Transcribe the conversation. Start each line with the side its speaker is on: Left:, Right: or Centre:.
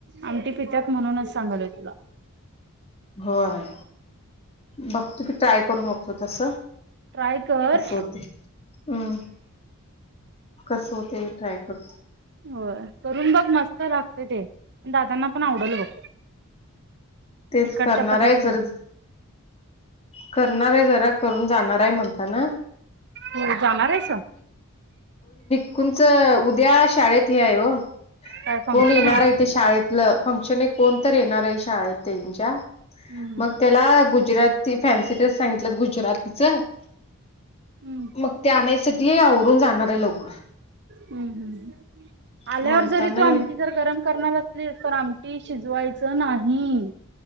Right: आमटी पितात म्हणूनच सांगल तुला
Left: होय बघत की ट्राय करू बघतो तस
Right: ट्राय कर
Left: कस होते हम् कस होते ट्राय करतो
Right: हो करून बघ मस्त लागते ते पण दादांना पण आवडल बघ
Left: तेच
Right: इकडच्या
Left: करणार
Right: पद्धतीनं
Left: आहे जर करणार आहे जरा करून जाणार आहे म्हणताना
Right: मला जाणारेस
Left: तुमचं उद्या शाळेत हे आहे हो
Right: काय फंक्शन
Left: कोण येणार आहे ते शाळेत फंक्शन कोण तर येणार आहे शाळेत त्यांच्या
Right: हम्म
Left: मग त्याला गुजराती फॅन्सी ड्रेस सांगितलंत गुजरातीच
Right: हम्म
Left: मग ते आणायसाठी आवरून जाणार आहे लोक
Right: हम्म हम् आल्यावर
Left: म्हणताना
Right: जरी तू आमटी जर गरम करणार असली तर आम शिजवायचं नाही